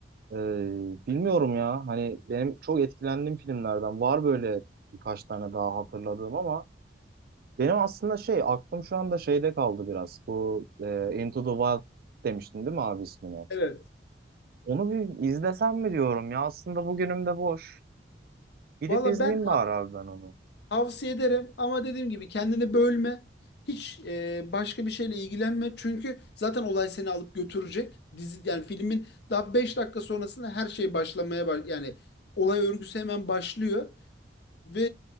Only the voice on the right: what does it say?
e, bilmiyorum ya. Hani benim çok etkilendiğim filmlerden var böyle birkaç tane daha hatırladığım ama benim aslında şey aklım şu anda şeyde kaldı biraz. Bu e, Into the Wild demiştin değil mi abi ismini?
Onu bir izlesem mi diyorum ya. Aslında bugünüm de boş. Gidip
izleyeyim
bari abi ben onu.